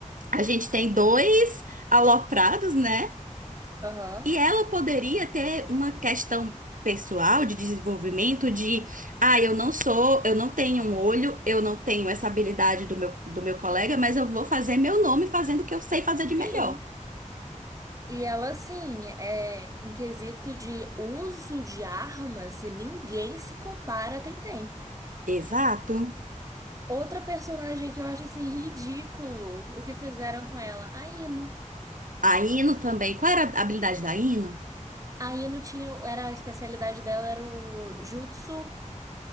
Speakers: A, on the right; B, on the right.
A: a gente tem dois aloprados, né?
B: Aham.
A: E ela poderia ter uma questão pessoal de desenvolvimento de, ah, eu não sou, eu não tenho um olho, eu não tenho essa habilidade do meu, do meu colega, mas eu vou fazer meu nome fazendo o que eu sei fazer de melhor.
B: Sim. E ela, assim, é, em quesito de uso de armas, ninguém se compara a Tenten.
A: Exato.
B: Outra personagem que eu acho, assim, ridículo o que fizeram com ela, a Ino.
A: A Ino também. Qual era a habilidade da Ino?
B: A Ino tinha, era, a especialidade dela era o jutsu,